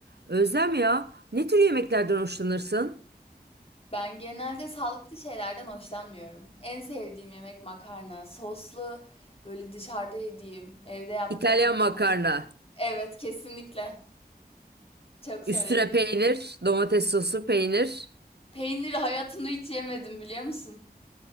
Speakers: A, on the right; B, on the left.
A: Özlem ya, ne tür yemeklerden hoşlanırsın?
B: Ben genelde sağlıklı şeylerden hoşlanmıyorum. En sevdiğim yemek makarna. Soslu böyle dışarıda yediğim, evde yaptığım
A: İtalyan
B: makarnaları.
A: makarna.
B: Evet, kesinlikle. Çok severim.
A: Üstüne peynir, domates sosu, peynir.
B: Peyniri hayatımda hiç yemedim biliyor musun?